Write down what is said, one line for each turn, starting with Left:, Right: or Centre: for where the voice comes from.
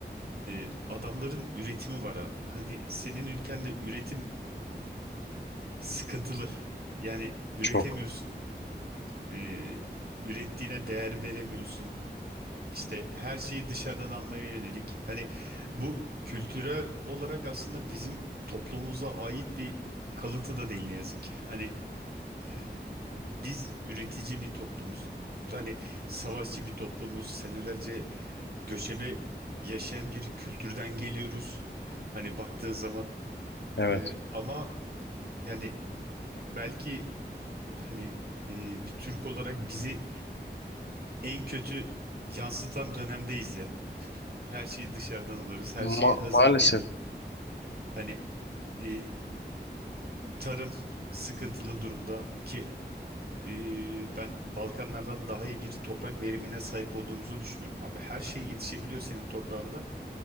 Right: e, adamların üretimi var abi. Hani senin ülkende üretim sıkıntılı. Yani üretemiyorsun.
Left: Çok.
Right: E, ürettiğine değer veremiyorsun. İşte her şeyi dışarıdan almaya yönelik. Hani bu kültürel olarak aslında bizim toplumumuza ait bir kalıntı da değil ne yazık ki. Hani e, biz üretici bir toplumuz. Hani savaşçı bir toplumuz. Senelerce göçebe yaşayan bir kültürden geliyoruz. Hani baktığın zaman
Left: Evet.
Right: e, ama yani belki hani e, bir Türk olarak bizi en kötü yansıtan dönemdeyiz ya. Her şeyi dışarıdan alıyoruz. Her
Left: Ma-
Right: şey hazır
Left: maalesef.
Right: geliyor. Hani e, tarım sıkıntılı durumda ki Ee, ben Balkanlardan daha iyi bir toprak verimine sahip olduğumuzu düşünüyorum. Abi her şey yetişebiliyor senin toprağında